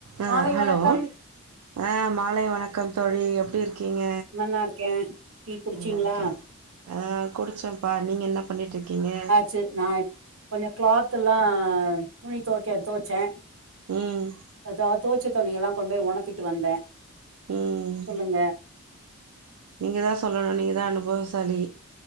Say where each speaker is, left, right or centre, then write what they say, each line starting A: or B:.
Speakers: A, on the right; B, on the right.
A: அ
B: மாலை
A: ஹலோ?
B: வணக்கம்
A: அ மாலை வணக்கம் தோழி எப்டி இருக்கீங்க?
B: நன்னா இருக்கே டீ குடிச்சீங்களா
A: நல்லாருக்கே. அ குடுச்சம்ப்பா. நீங்க என்ன பண்ணிட்ருக்கீங்க?
B: ச்சு நா இப் கொஞ்சோ கிளாத்து எல்லா துணி தொவைக்க தொவைச்சே.
A: ம்.
B: அதா தொவச்ச துணியெல்லா கொண் போய் ஒணத்திட்டு வந்தே.
A: ம்
B: சொல்லுங்க.
A: நீங்க தா சொல்லணு நீங்க தா அனுபவசாலி.